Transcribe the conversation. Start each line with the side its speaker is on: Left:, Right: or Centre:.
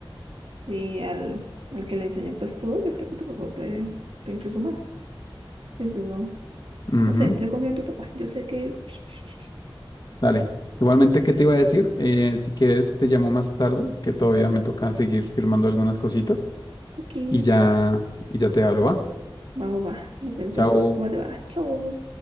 Right: sí, al, al que le enseñó pues pudo, yo creo que tu papá puede, puede incluso más. Incluso, no
Left: Ujú.
Right: no sé, yo confío en tu papá, yo sé que él... <laughs>
Left: Dale. Igualmente, ¿qué te iba a decir? Eh, si quieres, te llamo más tarde, que todavía me toca seguir firmando algunas cositas
Right: Aquí,
Left: y ya, y ya te hablo, ¿va?
Right: va, va, va, me cuentas
Left: Chao.
Right: cómo te va, chao.